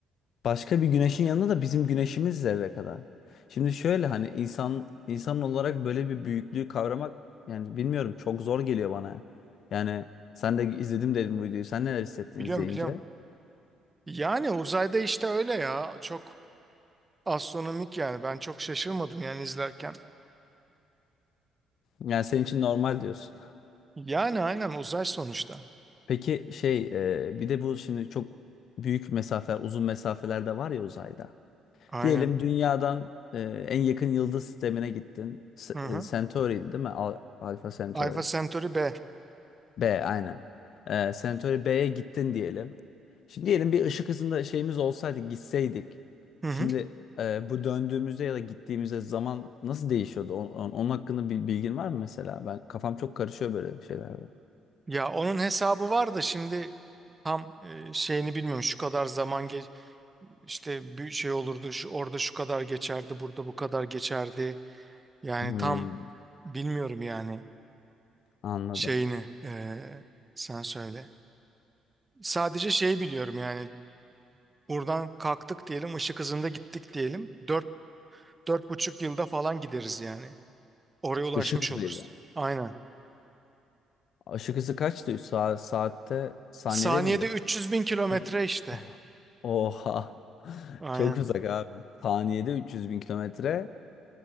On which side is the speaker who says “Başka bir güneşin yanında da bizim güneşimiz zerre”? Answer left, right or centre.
Left